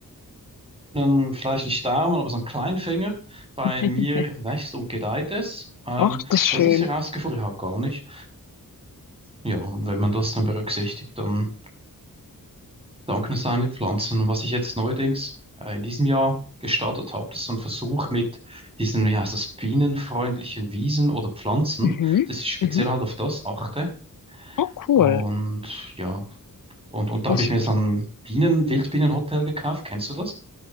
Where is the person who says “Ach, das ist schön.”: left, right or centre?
Left